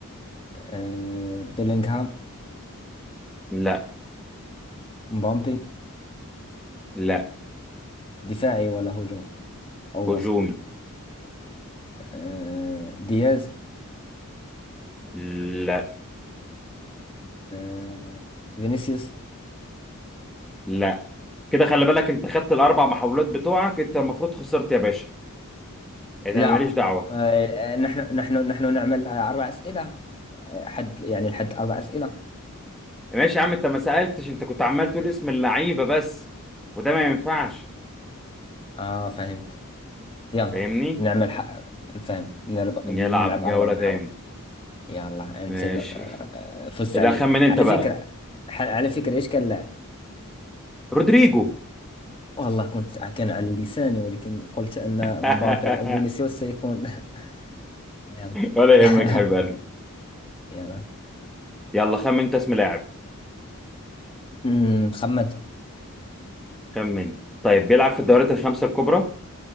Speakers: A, on the left (about 25°); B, in the centre.
A: آه بيلينغهام؟
B: لا
A: مبابي؟
B: لا
A: دفاعي ولا هجوم؟ أو
B: هجومي
A: وسط؟ آه دياز؟
B: لا
A: آه فينيسيوس؟
B: لا كده خلي بالك انت خدت الاربع محاولات بتوعك انت المفروض خسرت يا باشا انت
A: لا
B: ماليش دعوه
A: آه، نحن نحن نحن نعمل آه، أربع أسئلة آه، حد يعني الحد أربع أسئلة
B: ماشي يا عم انت ما سالتش انت كنت عمال تقول اسم اللعيبه بس وده ما ينفعش
A: آه فهمت يلا
B: فاهمني
A: نعمل ح... فهمت نلعب,
B: نلعب
A: نلعب
B: جوله
A: أربع محاولات
B: تاني
A: يلا أنت
B: ماشي
A: ذ- آه، فزت
B: لا
A: علي
B: خمن انت
A: على
B: بقى
A: فكرة ح... على فكرة إيش كان اللاعب
B: رودريجو
A: والله كنت كان على لساني ولكن قلت أن
B: <laughs>
A: مبابي أو فينيسيوس سيكون <laughs> يلا
B: ولا
A: <laughs>
B: يهمك يا حبيب قلبي
A: يلا
B: يلا خمن انت اسم لاعب
A: أمم، خمنت
B: خمن طيب بيلعب في الدوريات الخمسة الكبرى